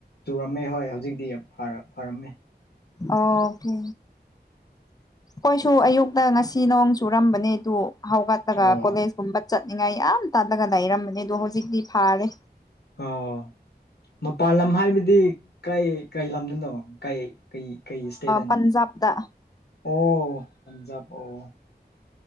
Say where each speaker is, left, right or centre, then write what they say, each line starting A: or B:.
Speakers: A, on the left; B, on the left.
A: ꯆꯨꯔꯝꯃꯦ ꯍꯣꯏ ꯍꯧꯖꯤꯛꯇꯤ ꯐꯔ ꯐꯔꯝꯃꯦ
B: ꯑꯣꯀꯦ ꯈꯣꯏꯁꯨ ꯑꯌꯨꯛꯇ ꯉꯁꯤ ꯅꯣꯡ ꯆꯨꯔꯝꯕꯅꯦ ꯑꯗꯨ ꯍꯧꯒꯠꯂꯒ
A: ꯑꯣ
B: ꯀꯣꯂꯦꯖ ꯀꯨꯝꯕ ꯆꯠꯅꯤꯡꯉꯥꯏ ꯌꯥꯝ ꯇꯥꯜꯂꯒ ꯂꯩꯔꯝꯕꯅꯦ ꯗꯣ ꯍꯧꯖꯤꯛꯇꯤ ꯐꯥꯔꯦ
A: ꯑꯣ ꯃꯄꯥꯟ ꯂꯝ ꯍꯥꯏꯕꯗꯤ ꯀꯩ ꯀꯩ ꯂꯝꯗꯅꯣ ꯀꯩ ꯀꯩ ꯀꯩ ꯏꯁꯇꯦꯗꯅꯣ
B: ꯄꯟꯖꯥꯕꯇ
A: ꯑꯣ ꯄꯟꯖꯥꯕ ꯑꯣ